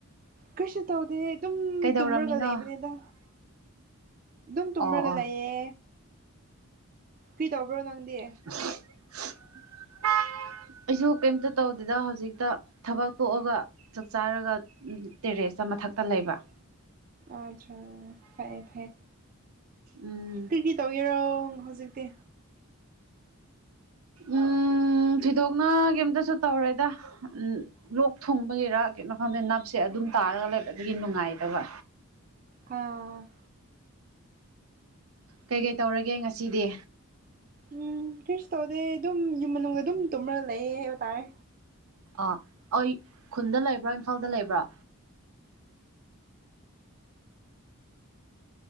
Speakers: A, on the right; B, on the right.
A: ꯀ꯭ꯔꯤꯁꯨ ꯇꯧꯗꯦ ꯑꯗꯨꯝ
B: ꯀꯩꯗꯧꯔꯝꯃꯤꯅꯣ
A: ꯇꯨꯝꯔꯒ ꯂꯩꯕꯅꯦꯗ ꯑꯗꯨꯝ ꯇꯨꯝꯔꯒ
B: ꯑꯣ ꯑꯣ
A: ꯂꯩꯌꯦ ꯀ꯭ꯔꯤ ꯇꯧꯕ꯭ꯔꯣ ꯅꯪꯗꯤ
B: <unintelligible> ꯑꯩꯖꯨ ꯀꯔꯤꯝꯇ ꯇꯧꯗꯦꯗ ꯍꯧꯖꯤꯛꯇ ꯊꯕꯛ ꯇꯣꯛꯑꯒ ꯆꯥꯛ ꯆꯥꯔꯒ ꯇꯦꯔꯦꯁꯇ ꯃꯊꯛꯇ ꯂꯩꯕ
A: ꯑꯆꯥ ꯐꯌꯦ ꯐꯌꯦ
B: ꯎꯝ
A: ꯀ꯭ꯔꯤ ꯀ꯭ꯔꯤ ꯇꯧꯔꯤꯔꯣ ꯍꯧꯖꯤꯛꯇꯤ
B: ꯎꯝ ꯎꯝ ꯊꯣꯏꯗꯣꯛꯅ ꯀꯩꯝꯇꯁꯨ ꯇꯧꯔꯣꯏꯗ ꯎꯝ ꯂꯣꯛ ꯊꯨꯡꯕꯒꯤꯔꯥ ꯀꯩꯅꯣ ꯈꯪꯗꯦ ꯅꯞꯁꯦ ꯑꯗꯨꯝ ꯇꯥꯔꯒ ꯂꯩ ꯑꯗꯨꯒꯤ ꯅꯨꯡꯉꯥꯏꯇꯕ
A: ꯍ
B: ꯀꯩ ꯀꯩ ꯇꯧꯔꯒꯦ ꯉꯁꯤꯗꯤ
A: ꯎꯝ ꯀꯔꯤꯁꯨ ꯇꯧꯗꯦ ꯑꯗꯨꯝ ꯌꯨꯝ ꯃꯅꯨꯡꯗ ꯑꯗꯨꯝ ꯇꯨꯝꯃꯒ ꯂꯩꯌꯦ ꯍꯥꯏꯕ ꯇꯥꯔꯦ
B: ꯑꯥ ꯑꯩ ꯈꯨꯟꯗ ꯂꯩꯕ꯭ꯔꯥ ꯏꯝꯐꯥꯜꯗ ꯂꯩꯕ꯭ꯔꯥ